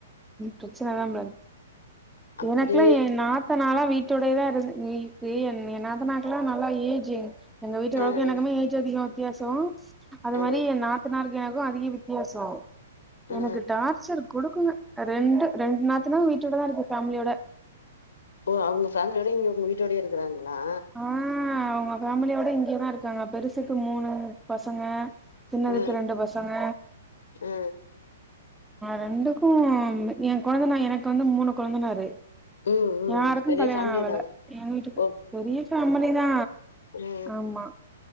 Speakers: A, in the centre; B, on the left.
A: பிரச்சனல்லா மேட
B: அப்டியே
A: எனக்குல்லா எ நாத் நாத்தனாலா வீட்டோடையேதா இருந் எ க்கு எ நாத்தனாக்கல்லா நல்லா ஏஜ் எங்க வீட்டுகாரக்கு
B: ஆ
A: எனக்குமே
B: ஆ
A: ஏஜ் அதிகொ வித்தியாசோ அது
B: ஆ
A: மாரி எ நாத்தனாருக்கு எனக்கு அதிக வித்தியாச சோ
B: ஆ ஆ
A: எனக்கு டார்ச்சர் குடுக்குங் ரெண்டு ரெண்டு நாத்தனா வீட்டோடதா இருக்கு ஃபேமிலியோட
B: ஓ அவங்க ஃபேமிலியோட இங்க உங்க வீட்டோடயே இருக்குறாங்களா
A: ஆ அவங்க ஃபேமிலியோட இங்கயேதா இருக்காங்க பெருசுக்கு மூணு பசங்க சின்னதுக்கு
B: ஆ
A: ரெண்டு பசங்க
B: ஆ
A: ரெண்டுக்கும் எ கொழுந்தனா எனக்கு வந்து மூணு கொழந்தனாரு
B: ம் ம்
A: யாருக்கு
B: பெரிய
A: கல்யாணாவல
B: ஃபேமிலி தா
A: எ வீட்டுக்கு
B: ஓ
A: பெரிய ஃபேமிலிதா
B: ஆ
A: ஆமா